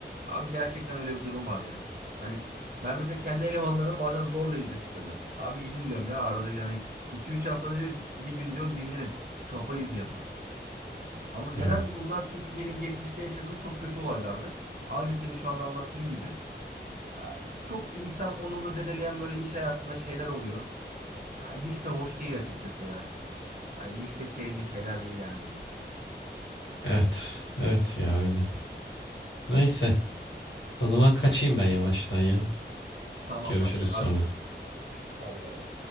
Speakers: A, on the right; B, on the left.
A: Abi gerçekten öyle bir durum var ya. Hani ben mesela kendi elemanlarımı bazen zorla izne çıkarıyorum. Abi gidin diyorum ya arada bir hani 2-3 haftada bir, bir gün diyorum dinlenin. Kafa izni yapın. Ama neden
B: Evet.
A: bunlar? Çünkü benim geçmişte yaşadığım çok kötü olaylardı. Aynı senin şu anda anlattığın gibi. Ya, Çok insan onurunu zedeleyen böyle iş hayatında şeyler oluyor. Ya, Hiç de hoş değil açıkçası ya. Hani hiç de sevdiğim şeyler değil yani bunlar.
B: Evet. Evet ya öyle. Neyse. O zaman kaçayım ben yavaştan ya.
A: Tamam
B: Görüşürüz
A: kanka
B: sonra.
A: hadi. görüşürüz. Hadi bay bay.